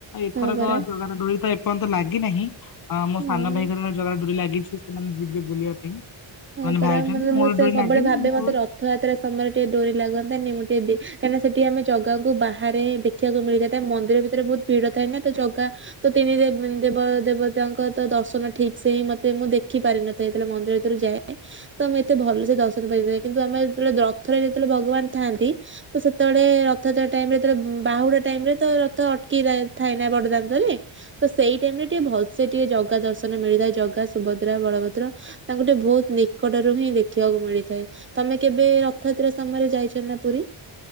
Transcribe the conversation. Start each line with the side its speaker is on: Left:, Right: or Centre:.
Left: ଏଥରକ
Right: ହଁ ପରା
Left: ଜଗା ଡୋରି ତ ଏପର୍ଯ୍ୟନ୍ତ ଲାଗି ନାହିଁ, ଅ ମୋ
Right: ହଁ
Left: ସାନ ଭାଇ ଘର ଜଗା ଡୋରି ଲାଗିଚି। ସେମାନେ ଯିବେ ବୁଲିବା ପାଇଁ।
Right: ହଁ
Left: ସେମାନେ
Right: ପରା
Left: ବାହାରିଛନ୍ତି
Right: ମାନେ
Left: ମୋର
Right: ମୁଁ ସେ
Left: ଡୋରି
Right: ସବୁବେଳେ
Left: ଲାଗିନି
Right: ଭାବେ
Left: ମୋର
Right: ମତେ ର ଥଯାତ୍ରା ସମୟରେ ଟିକେ ଡୋରି ଲାଗନ୍ତା ନି ମୁଁ ଟିକେ ଯି କାରଣ ସେଠି ଆମେ ଜଗାକୁ ବାହାରେ ଦେଖ ଇବାକୁ ମିଳିଥାଏ ତା ମନ୍ଦିର ଭିତରେ ବହୁତ ଭିଡ ଥାଏ ନା ତ ଜଗା ତ ତିନି ଦେ ଦେବ ଦେବତାଙ୍କ ତ ଦର୍ଶନ ଠିକ ସେ ହିଁ ମତେ ମୁଁ ଦେଖି ପାରିିନଥାଏ ସେତେଳେ ମନ୍ଦିରରୁ ଯାଏ। ଏ ତ ଆମେ ଏତେ ଭଲସେ ଦର୍ଶନ ପାଇ ପାରି ନ କିନ୍ତୁ ଆମେ ଯେତେବେଳେ ରଥ ରେ ଯେତେବେଳେ ଭଗବାନ ଥାଆନ୍ତି ତ ସେତେବେଳେ ରଥଯାତ୍ରା ଟାଇମରେ ଯେତେବେଳେ ବାହୁଡା ଟାଇମ ରେ ତ ରଥ ଅଟକି ଥାଇ ନା ବଡଦାଣ୍ଡରେ ତ ସେଇ ଟାଇମରେ ଟିକେ ଭଲସେ ଟିକେ ଜାଗା ଦର୍ଶନ ମିଳିଥାଏ ଜଗା ସୁଭଦ୍ରା ବଳଭଦ୍ର। ତାଙ୍କୁ ଟିକେ ବହୁତ ନିକଟରୁ ହିଁ ଦେଖିବାକୁ ମିଳିଥାଏ। ତମେ କେବେ ରଥଯାତ୍ରା ସମୟରେ ଯାଇଚ ନା ପୁରୀ?